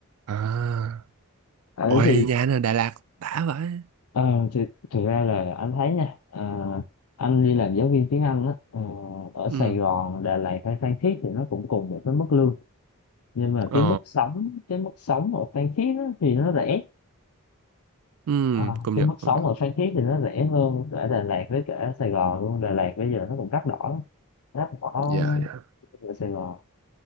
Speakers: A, on the right (about 75°); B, on the left (about 80°).
A: À.
B: Ờ,
A: Ôi
B: thì
A: nhà anh ở Đà Lạt đã vậy.
B: Ờ, thì, thực ra là anh thấy nha ờ, anh đi làm giáo viên tiếng Anh á ờ, ở
A: Ừ.
B: Sài Gòn Đà Lạt hay Phan Thiết thì nó cũng cùng một cái mức lương nhưng mà
A: Ờ,
B: cái mức sống cái mức sống ở Phan Thiết á, thì nó rẻ
A: ừm,
B: à,
A: công
B: cái
A: nhận,
B: mức sống
A: công nhận.
B: ở Phan Thiết thì nó rẻ hơn ở Đà Lạt với cả Sài Gòn luôn Đà Lạt bây giờ nó cũng đắt đỏ lắm. đắt đỏ
A: Dạ, dạ.
B: ở Sài Gòn